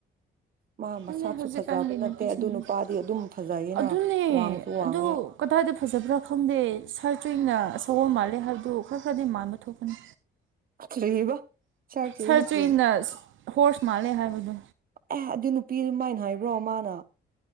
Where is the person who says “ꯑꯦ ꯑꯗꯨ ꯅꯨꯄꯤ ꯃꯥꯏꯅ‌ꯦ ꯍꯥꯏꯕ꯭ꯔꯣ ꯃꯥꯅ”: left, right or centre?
Right